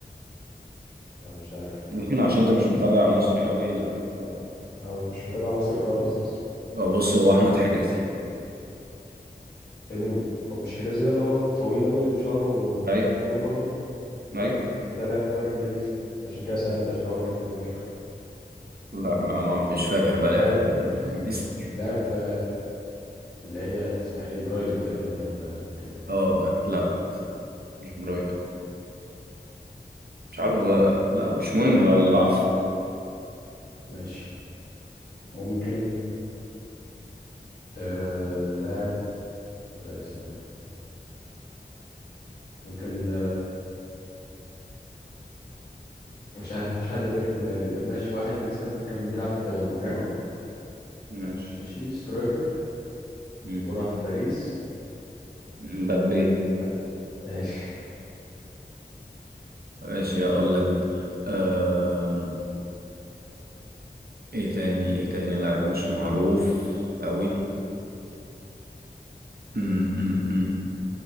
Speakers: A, on the left; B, on the right.
A: لا مش عارف
B: ممكن عشان انت مش متابع مصري قوي لا ف...
A: آه، مش متابع مصر خالص اصلا
B: اه بص هو احمد حجازي
A: يعني هو مش حجازي ده اللي هو الطويل قوي اللي بشعره
B: اي
A: شعره طويل برضه
B: اي
A: ما ده لعب في الدوري الانجليزي عشان كده سألت عشان هو اللي كان في دماغي
B: لا ما ما- مش فاكر بقى
A: لعب
B: ليه في في الدوري الانجليزي
A: <laughs>
B: <laughs>
A: لعب في اللي هي كانت اسمها ايه برايتون تقريبا ولا كان-
B: اه لا مش برايتون مش عارف بقى. لا مش مهم بقى اللي بعده
A: ماشي ممكن آه... لاعب لا استنى ممكن مش عارف مفيش حد ليه في دماغي ده ماشي واحد مثلا كان بيلعب في موناكو
B: ماشي
A: ماشي سترايكر
B: مم.
A: وراح باريس
B: مبابي
A: بقى ماشي
B: ماشي اقول لك دي أم... ايه تاني ايه تاني لاعب مش معروف قوي أم، أم، أم.